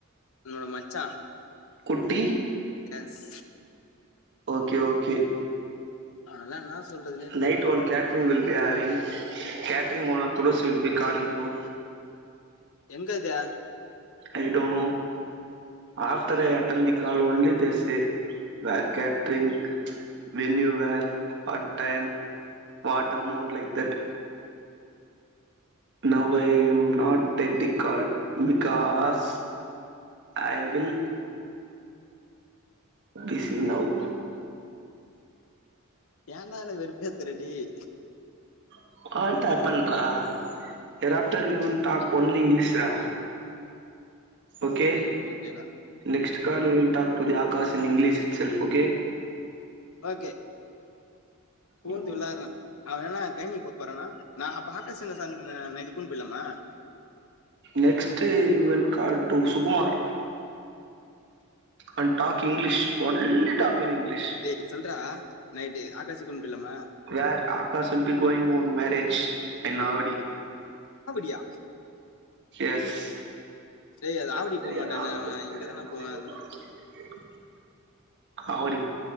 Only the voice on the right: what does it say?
குட்டி,
ஓகே ஓகே
நைட்
one catering will be arrange catering owner Thulasi will be we calling now
I to know after I attend the call only this say where catering venue where at time what amount like that now I am not take the call because I will busy now
அ <unintelligible> ஆட்டா பண்றா thereafter every one ட்டாக் only இங்லீஷ்ரா okay
next call will talk to the app because in English itself okay
உ <inaudible>
next Yuvan call to Sukumar and talk English only talking English
where Akash will be going on marriage I'm நாவடி
எஸ்
செரி
எதாவது
<inaudible> ஆவடிப்